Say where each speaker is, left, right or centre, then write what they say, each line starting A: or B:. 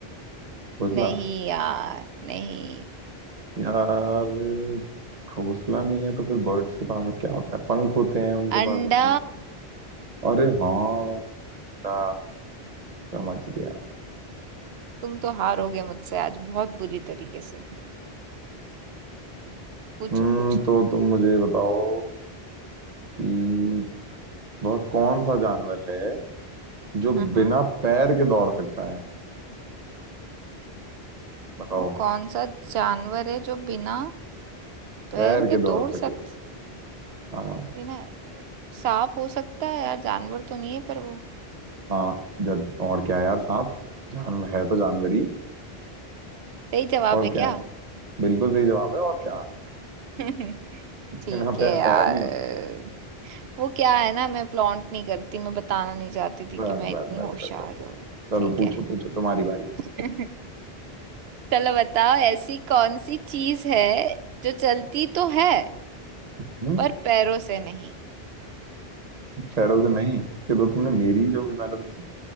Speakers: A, on the right (about 40°); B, on the right (about 75°).
A: घोंसला
B: नहीं यार नहीं
A: यार घोंसला नहीं है तो फिर बर्ड्स के पास और क्या होता है पंख होते हैं उनके
B: अंडा
A: पास अपने अरे हाँ अंडा समझ गया
B: तुम तो हारोगे मुझसे आज बहुत बुरी तरीके से पूछो
A: हम्म
B: पूछो
A: तो तुम मुझे बताओ कि वह कौन सा जानवर है जो
B: हम्म
A: बिना पैर के दौड़ सकता है बताओ
B: वो कौन सा जानवर है जो बिना पैर
A: तैर के
B: के
A: दौड़
B: दौड़
A: सके
B: सकता
A: हाँ हाँ
B: बिना सांप हो सकता है यार जानवर तो नहीं है पर वो
A: हाँ, जब और क्या है यार सांप जानवर है तो जानवर ही
B: सही जवाब
A: और
B: है
A: क्या
B: क्या
A: है बिल्कुल सही जवाब है और क्या
B: <laughs> ठीक
A: बिना
B: है
A: पै,
B: यार
A: पैर नहीं होते
B: वो क्या है ना मैं फ्लॉन्ट नहीं करती मैं बताना नहीं चाहती थी
A: बस
B: कि मैं
A: बस
B: इतनी
A: बस
B: होशियार
A: बस बस
B: हूँ
A: चलो
B: ठीक
A: पूछो
B: है
A: पूछो तुम्हारी बारी
B: <laughs> चलो बताओ ऐसी कौन सी चीज है जो चलती तो है
A: हम्म
B: पर पैरों से नहीं
A: पैरों से नहीं चलो तुमने मेरी जो भी मैंने तुमसे